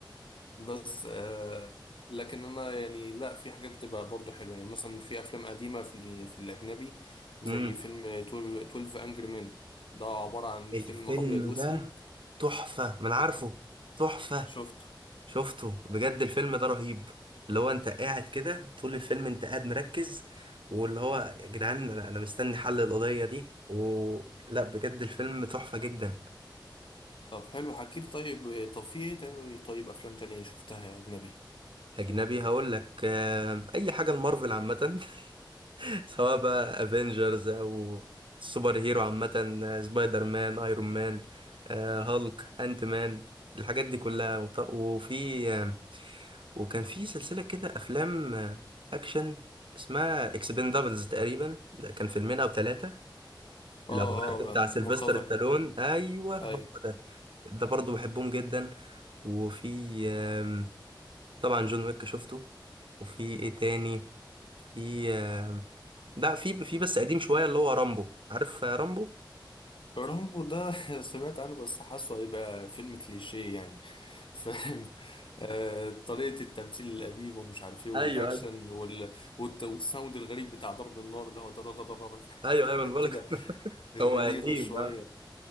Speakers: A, on the left; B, on the right.
A: بس آه لكن انا يعني لا في حاجات بتبقى برضو حلوه يعني مثلا في افلام قديمه في ال- في الاجنبي زي
B: امم
A: فيلم 12 انجري مان ده عباره عن
B: الفيلم
A: فيلم ابيض واسود
B: ده تحفة ما انا عارفه تحفة
A: شفته
B: شفته بجد الفيلم ده رهيب اللي هو انت قاعد كده طول الفيلم انت قاعد مركز واللي هو يا جدعان انا انا مستني حل القضية دي و لا بجد الفيلم تحفة جدا
A: طب حلو حكيت طيب طب في ايه تاني طيب افلام تانية شفتها يا اجنبي
B: اجنبي هقول لك آه، اي حاجة المارفل عامة <laughs> سواء بقى افنجرز او سوبر هيرو عامة آه، سبايدر مان ايرون مان آه، هالك انت مان الحاجات دي كلها وط- وفي آه، وكان في سلسلة كده افلام آه، اكشن اسمها اكسبندابلز تقريبا ده كان فيلمين او ثلاثة لو
A: اه
B: عرفت بتاع
A: اه
B: سيلفستر
A: مرتزقه
B: ستالون ايوه
A: أيوة.
B: هو ده ده برضه بحبهم جدا وفي آم، طبعا جون ويك شفته وفي ايه تاني في لا في في بس قديم شويه اللي هو رامبو عارف رامبو
A: رامبو ده <laughs> سمعت عنه بس حاسه هيبقى فيلم كليشيه يعني <laughs> فاهم آه طريقة التمثيل القديم ومش عارف ايه والاكشن
B: ايوه ايوه
A: وال... والت... والساوند الغريب بتاع ضرب النار اللي هو دا دا دا دا دا <laughs> فاهم
B: ايوه
A: حاجات
B: ايوه انا بقول
A: كده
B: لك <laughs>
A: غريبة
B: هو قديم
A: شوية
B: آه.